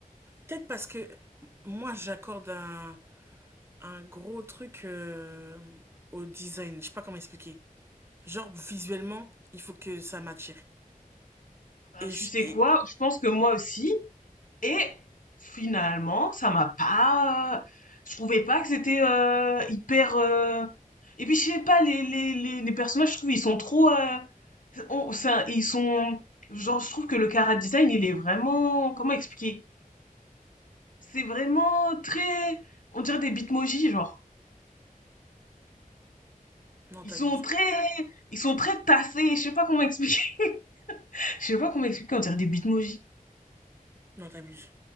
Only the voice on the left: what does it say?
Ben,
tu
sais
quoi? Je pense que moi aussi. Et finalement, ça m'a pas. Je trouvais pas que c'était euh, hyper. euh, Et puis je sais pas, les, les, les, les personnages, je trouve, ils sont trop. euh, on- c'est ils sont. Genre, je trouve que le chara design, il est vraiment. Comment expliquer? C'est vraiment très. On dirait des bitmojis, genre.
Ils
sont très. Ils sont très tassés. Je sais pas comment expliquer. <laughs> Je sais pas comment expliquer. On dirait des bitmojis.